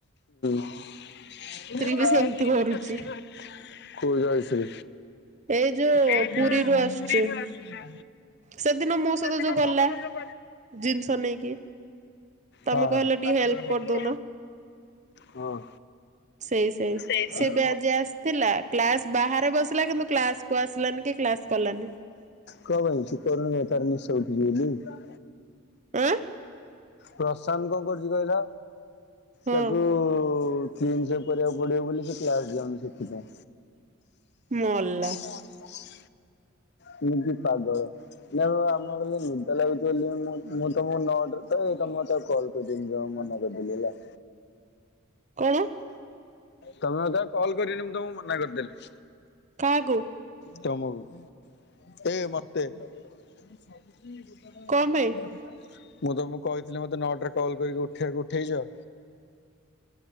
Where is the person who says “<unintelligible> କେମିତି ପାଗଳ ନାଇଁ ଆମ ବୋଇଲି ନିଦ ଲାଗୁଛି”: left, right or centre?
Left